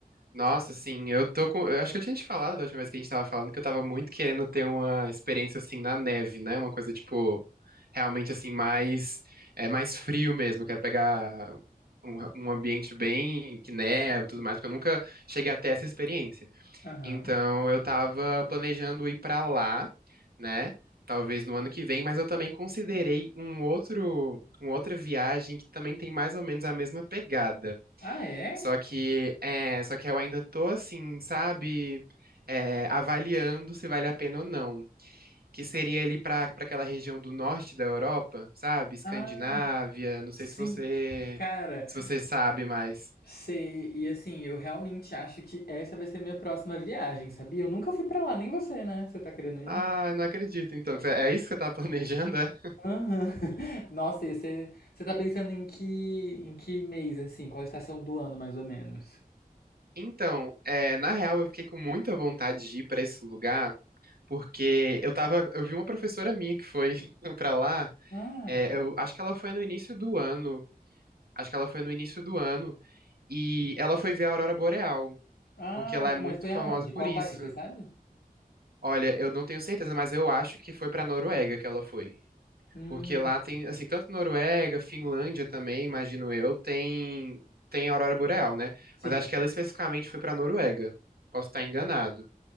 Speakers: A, on the right (about 80°); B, on the left (about 85°).
A: Nossa, assim, eu tô com. Eu acho que eu tinha te falado da última vez que a gente tava falando que eu tava muito querendo ter uma experiência assim na neve, né? Uma coisa tipo realmente assim mais é mais frio mesmo. Eu quero pegar um, um ambiente bem que neve e tudo mais, porque eu nunca cheguei até essa experiência.
B: Aham.
A: Então eu tava planejando ir pra lá, né? Talvez no ano que vem, mas eu também considerei um outro, uma outra viagem que também tem mais ou menos a mesma pegada.
B: Ah, é?
A: Só que, é, só que eu ainda tô assim, sabe, é, avaliando se vale a pena ou não. Que seria ali pra para aquela região do norte da Europa, sabe? Escandinávia,
B: Ah,
A: não sei
B: Sim,
A: se você
B: <laughs> cara,
A: se você sabe mais.
B: sei. E assim, eu realmente acho que essa vai ser minha próxima viagem, sabia? Eu nunca fui pra lá, nem você, né? Você tá querendo ir?
A: Ah, não acredito. Então, é é isso que você tá <laughs> planejando, é?
B: Aham. <laughs> Nossa, e você, você tá pensando em que, em que mês, assim? Qual a estação do ano, mais ou menos?
A: Então, é, na real, eu fiquei com muita vontade de ir pra esse lugar, porque eu tava, eu vi uma professora minha que foi <laughs> pra lá.
B: Ah,
A: é, eu acho que ela foi no início do ano. Acho que ela foi no início do ano. E ela foi ver a Aurora Boreal,
B: ah,
A: porque ela é muito
B: mas foi
A: famosa
B: aonde?
A: por
B: Qual
A: isso.
B: país, você sabe?
A: Olha, eu não tenho certeza, mas eu acho que foi pra Noruega que ela foi.
B: Hum,
A: Porque lá tem, assim, tanto Noruega, Finlândia também, imagino eu, tem tem a Aurora Boreal, né?
B: sim.
A: Mas acho que ela especificamente foi pra Noruega. Posso estar enganado.